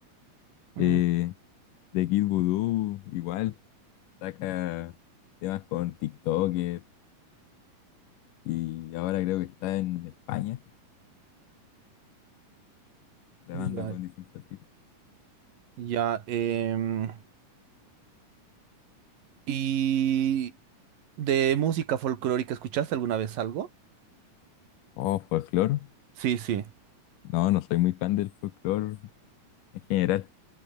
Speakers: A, on the right; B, on the left.
A: mm,
B: Eh, de Kid Voodoo, igual, saca temas con TikToker y ahora creo que está en España grabando
A: Ya,
B: con distintos artistas.
A: ya. em, y de música folclórica, ¿escuchaste alguna vez algo?
B: Oh, folclore.
A: Sí, sí.
B: No, no soy muy fan del folclore en general.